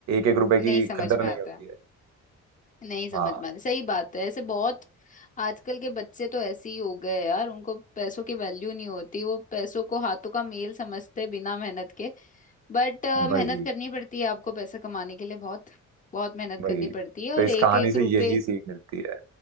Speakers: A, on the right; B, on the left.
A: एक रुपए की
B: नहीं समझ
A: कदर
B: में
A: नहीं
B: आता
A: होती
B: है
A: है
B: नहीं समझ
A: हाँ
B: में आता सही बात है ऐसे बहुत आजकल के बच्चे तो ऐसे ही हो गए यार उनको पैसों की वैल्यू नहीं होती वो पैसों को हाथों का मेल समझते बिना मेहनत के बट
A: वही
B: मेहनत करनी पड़ती है आपको पैसा कमाने के लिए बहुत बहुत मेहनत
A: वही
B: करनी पड़ती है और
A: तो इस
B: एक
A: कहानी
B: एक
A: से
B: रुपए
A: यही सीख मिलती है